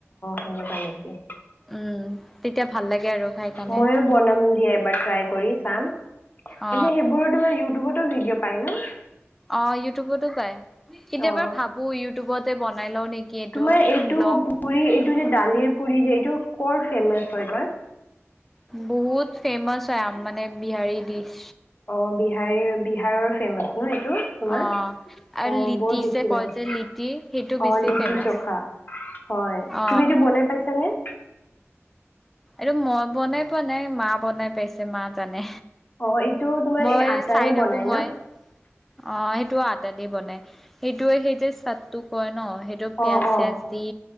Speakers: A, on the left; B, in the centre.
A: অ তেনেকুৱা ।
B: উম তেতিয়া ভাল লাগে আৰু। খাই কাৰণে
A: মইয়ো বনাম দিয়া এবাৰ ট্ৰাই কৰি চাম, মানে
B: অ
A: সেইবোৰতো মানে ইউ টিউবতো ভিডিঅ' পাই ন?
B: অ ইউটিউবতো পায় কেতিয়াবা
A: অ,
B: ভাবো ইউটিউবতে বনাই লও নেকি
A: তোমাৰ এইটো
B: ব্লগ
A: পুৰি এইটো যে দালিৰ পুৰী যে এইটো কৰ ফেমাচ হয় বা?
B: বহুত ফেমাচ হয় আম মানে বিহাৰী ডিছ।
A: অ বিহাৰি বি বিহাৰৰ ফেমাছ ন এইটো তোমাৰ,
B: অ আৰু
A: অ
B: লিটি
A: বৰ টেষ্টি
B: যে কয়
A: লাগে
B: যে
A: অ,
B: লিটি সেইটো বেছি
A: সেই লিটি
B: ফেমাচ
A: চখা, হয়
B: অ
A: তুমি এইটো বনাই পাইছানে?
B: আৰু মই বনাই পোৱা নাই মা বনাই পাইছে মা জানে।
A: অ এইটো তোমাৰ
B: মই
A: এই আটাৰে
B: চাই থাকো
A: বনাই
B: মই
A: ন
B: অ সেইটো আদা দি বনাই। সেইটোয়ে সেইটো চাত্তো কয় ন সেইটো
A: অ
B: পিয়াজ
A: অ অ
B: চিয়াজ দি,